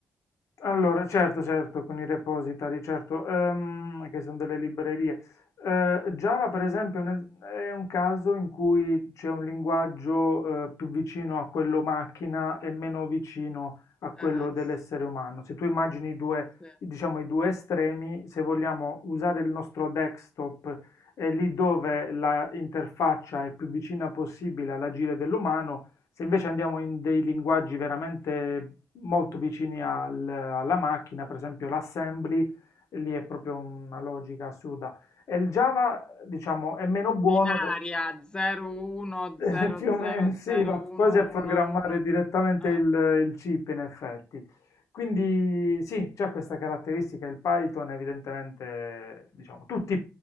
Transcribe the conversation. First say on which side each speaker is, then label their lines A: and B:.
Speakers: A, on the left; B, on the left.
A: Allora, certo, certo, con i repository, certo, ehm, che sono delle librerie. Eh, Java, per esempio, è un es- è un caso in cui c'è un linguaggio, eh, più vicino a quello macchina e meno vicino a quello
B: Eh,
A: dell'essere
B: sì.
A: umano. Se tu immagini i due,
B: Sì.
A: diciamo, i due estremi, se vogliamo usare il nostro desktop, è lì dove la interfaccia è più vicina possibile all'agire dell'umano se invece andiamo in dei linguaggi veramente molto vicini al- alla macchina, per esempio l'assembly, lì è proprio una logica assurda. E il Java, diciamo, è meno buono,
B: Binaria
A: <laughs>
B: 01000111.
A: da- più o meno, sì, va quasi a programmare direttamente
B: Eh,
A: il, il chip in effetti. Quindi sì, c'è questa caratteristica, il Python evidentemente, diciamo, tutti